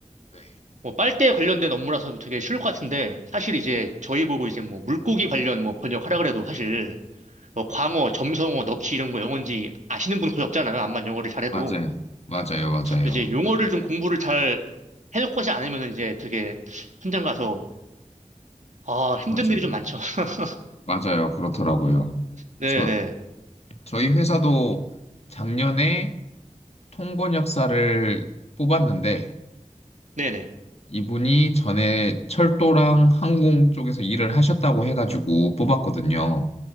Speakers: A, on the left; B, on the right.
A: 네.
B: 뭐 빨대 관련된 업무라서 되게 쉬울 것 같은데 사실 이제 저희 보고 이제 뭐 물고기 관련 뭐 번역하라 그래도 사실 뭐 광어, 점성어, 넙치 이런 거 영어인지 아시는 분 거의 없잖아요. 암만 영어를 잘해도.
A: 맞아요. 맞아요. 맞아요.
B: 이제 용어를 좀 공부를 잘 해놓고 하지 않으면 이제 되게 현장 가서 아, 힘든
A: 맞아요.
B: 일이 좀 많죠. <laughs>
A: 맞아요. 그렇더라고요.
B: 네네.
A: 저, 저희 회사도 작년에 통번역사를 뽑았는데
B: 네네.
A: 이분이 전에 철도랑 항공 쪽에서 일을 하셨다고 해가지고 뽑았거든요.